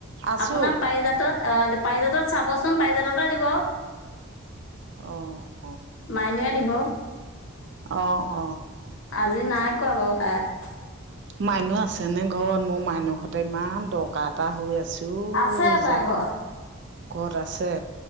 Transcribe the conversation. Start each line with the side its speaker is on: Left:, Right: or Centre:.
Right: আছো
Left: আপোনাৰ পাৰিজাত কত পাৰিজাতত চাবচোন পাৰিজাততে দিব
Right: অঁ
Left: মাইনুয়ে দিব
Right: অ অ
Left: আজি নাই কৰা বাৰু তাই
Right: মাইনু আছে নে ঘৰত, মোৰ মাইনুৰ সতে ইমান দৰকাৰ এটা হৈ আছে। উই,
Left: আছে তাই
Right: যা,
Left: ঘৰত
Right: ক'ত আছে।